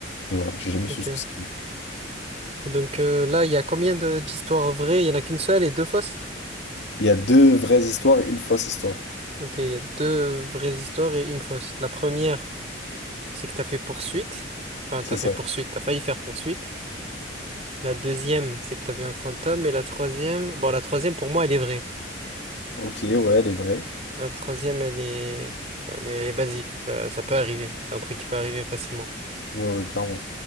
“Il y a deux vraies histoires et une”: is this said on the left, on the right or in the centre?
Left